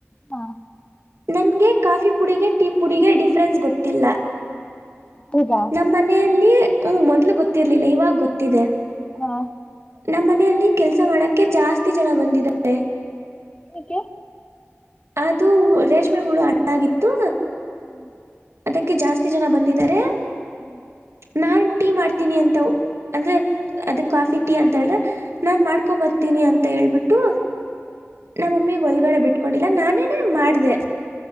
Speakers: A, on the left; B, on the right.
A: ಹಾ
B: ನನ್ಗೆ ಕಾಫಿ ಪುಡಿಗೆ ಟೀ ಪುಡಿಗೆ ಡಿಫ್ರನ್ಸ್ ಗೊತ್ತಿಲ್ಲ
A: ಹೌದಾ
B: ನಮ್ಮ ಮನೆಯಲ್ಲಿ ಹ್ಮ್ ಮೊದ್ಲು ಗೊತ್ತಿರ್ಲಿಲ್ಲ ಇವಾಗ ಗೊತ್ತಿದೆ
A: ಹಾ
B: ನಮ್ಮ ಮನೆಯಲ್ಲಿ ಕೆಲ್ಸ ಮಾಡಕ್ಕೆ ಜಾಸ್ತಿ ಜನ ಬಂದಿದ್ದಾರೆ
A: ಯಾಕೆ
B: ಅದು ರೇಷ್ಮೆ ಹುಳು ಅಡಾಗಿತ್ತು
A: ಹ್ಮ್ <inaudible>
B: ಇದದಕ್ಕೆ ಜಾಸ್ತಿ ಜನ ಬಂದಿದ್ದಾರೆ
A: ಹ್ಮ್ <inaudible>
B: ನಾನ್ ಟೀ ಮಾಡ್ತೀನಿ ಅಂತ ಅಂದ್ರೆ ಅದ ಕಾಫಿ ಟೀ ಅಂತ ಹೇಳ್ರೆ ನಾನ್ ಮಾಡ್ಕೊ ಬರ್ತೀನಿ ಅಂತ ಹೇಳ್ಬಿಟ್ಟು
A: ಹ್ಮ್ <inaudible>
B: ಮಮ್ಮಿ ಒಳಗಡೆ ಬಿಟ್ಕೊಂಡು ಇಲ್ಲ ನಾನೇ ಮಾಡಿದೆ